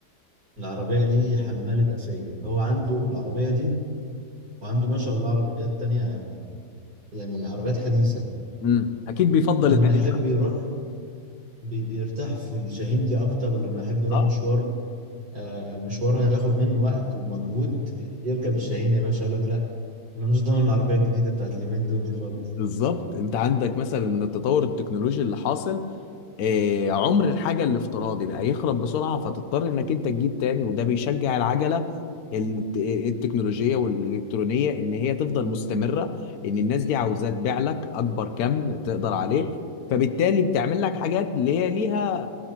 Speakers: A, on the right; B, on the left.
A: العربيه دي حماله اسايل هو عنده العربيه دي وعنده ما شاء الله عربيات تانية يعني عربيات حديثه
B: امم اكيد بيفضل
A: لما
B: القديم
A: يحب يروح بي- بيرتاح في الشاهين دي اكتر ولما يحب يروح
B: اه
A: مشوار آه، مشوار هياخد منه وقت ومجهود يركب الشاهين يا باشا يقول لك لا انا مش ضامن العربيه الجديده بتاعت اليومين دول دي خالص
B: بالظبط انت عندك مثلا من التطور التكنولوجي اللي حاصل آه، عمر الحاجة الافتراضي بقى يخرب بسرعة فتضطر انك انت تجيب تاني وده بيشجع العجلة الت- التكنولوجية والإلكترونية ان هي تفضل مستمرة ان الناس دي عاوزة تبيع لك اكبر كم تقدر عليه فبالتالي بتعمل لك حاجات اللي هي ليها